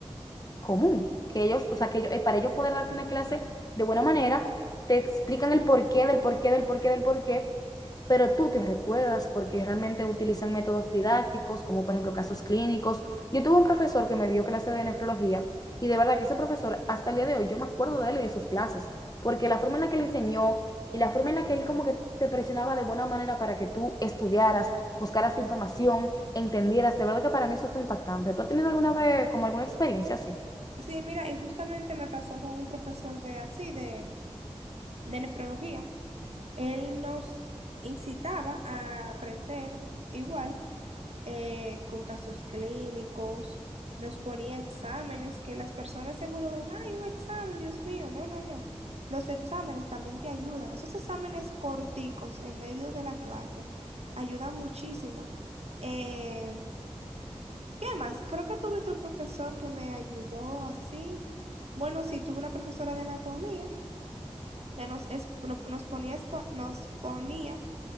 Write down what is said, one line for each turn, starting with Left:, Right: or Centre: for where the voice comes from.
Left: común. Que ellos, o sea, que ellos- eh, para ellos poder darte una clase de buena manera, te explican el porqué del porqué del porqué del porqué pero tú te recuerdas porque realmente utilizan métodos didácticos, como por ejemplo casos clínicos, yo tuve un profesor que me dio clase de nefrología y de verdad que ese profesor, hasta el día de hoy, yo me acuerdo de él y de sus clases, porque la forma en la que él enseñó y la forma en la que él como que te presionaba de buena manera para que tú estudiaras, buscaras información, entendieras, de verdad que para mí eso fue impactante. ¿Tú has tenido alguna vez como alguna experiencia así?
Right: Sí, mira, y justamente me pasó con un profesor de así, de, de nefrología. Él nos incitaba a aprender igual eh, con casos clínicos, nos ponía exámenes que las personas seguro ven, ay, un examen, Dios mío, no, no, no. Los exámenes también te ayudan. Esos exámenes corticos en medio de la clase ayudan muchísimo. eh, ¿Qué más? Creo que tuve otro profesor que me ayudó así. Bueno, sí, tuve una profesora de anatomía que nos, es- no- nos ponía, a expo- nos ponía